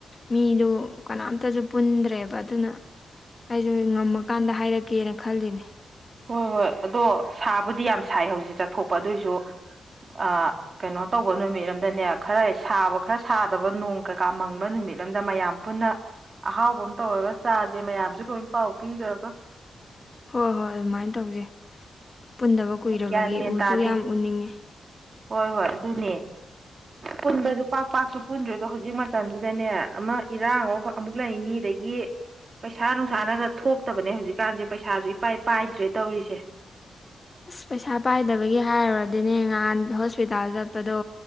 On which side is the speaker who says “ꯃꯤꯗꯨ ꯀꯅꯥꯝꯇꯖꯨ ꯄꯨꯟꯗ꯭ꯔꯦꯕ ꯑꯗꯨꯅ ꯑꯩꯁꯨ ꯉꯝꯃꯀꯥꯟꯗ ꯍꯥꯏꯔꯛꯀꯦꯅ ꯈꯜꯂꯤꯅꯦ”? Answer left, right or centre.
Left